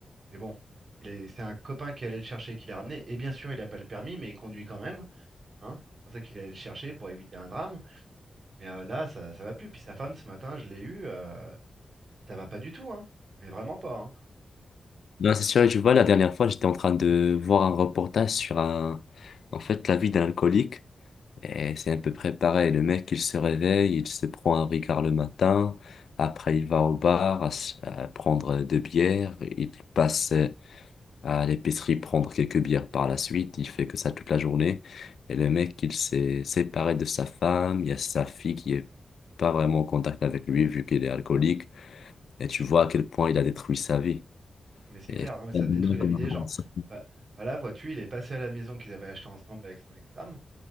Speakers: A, on the right; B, on the left.
A: Mais bon, il est, c'est un copain qui allait le chercher et qui l'a ramené. Et bien sûr, il n'a pas le permis, mais il conduit quand même. Hein. C'est pour ça qu'il allait le chercher pour éviter un drame. Mais euh, là, ça, ça va plus. Puis sa femme, ce matin, je l'ai eue, euh, ça va pas du tout, hein. Mais vraiment pas. hein.
B: Non, c'est sûr, tu vois, la dernière fois, j'étais en train de voir un reportage sur un, en fait, la vie d'un alcoolique. Et c'est à peu près pareil. Le mec, il se réveille, il se prend un Ricard le matin. Après, il va au bar à, s- à prendre deux bières. Il passe euh, à l'épicerie prendre quelques bières par la suite. Il fait que ça toute la journée. Et le mec, il s'est séparé de sa femme. Il y a sa fille qui est pas vraiment en contact avec lui vu qu'il est alcoolique. Et tu vois à quel point il a détruit sa vie.
A: Ah, mais c'est
B: Et
A: clair,
B: c'est
A: non, mais ça
B: un bonheur
A: détruit la
B: qu'on
A: vie des
B: arrive
A: gens.
B: à ça.
A: Bah, bah là, vois-tu, il est passé à la maison qu'ils avaient acheté ensemble avec son ex-femme